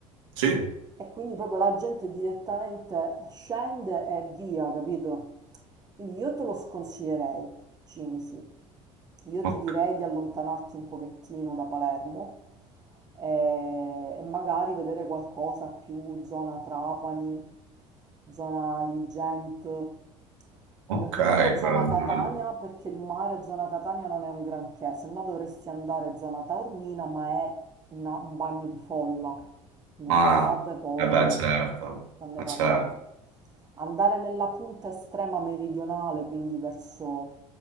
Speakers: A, on the right; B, on the right.
A: Sì.
B: e quindi proprio la gente direttamente scende e via, capito? Quindi io te lo sconsiglierei, Cinisi. Io
A: Ok,
B: ti direi di allontanarti un pochettino da Palermo eh, e, magari vedere qualcosa più zona Trapani, zona Agrigento.
A: Ok,
B: E non ti dico zona
A: quella
B: Catania
A: zona lì.
B: perché il mare zona Catania non è un granché, se no dovresti andare zona Taormina, ma è una- un bagno di folla. In estate
A: Ah,
B: poi
A: eh beh,
B: non
A: certo,
B: non ne
A: eh,
B: parliamo.
A: certo.
B: Andare nella punta estrema meridionale, quindi verso